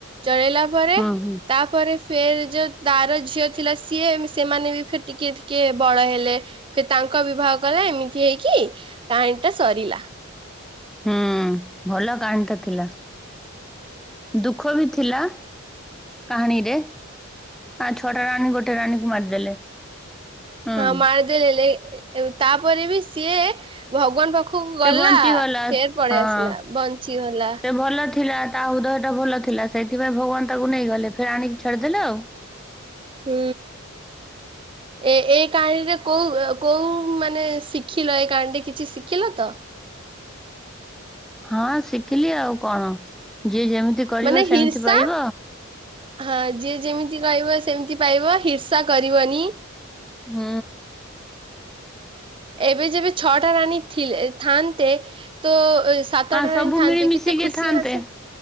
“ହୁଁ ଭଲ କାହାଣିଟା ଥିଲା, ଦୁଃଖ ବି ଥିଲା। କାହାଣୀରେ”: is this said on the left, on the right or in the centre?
Centre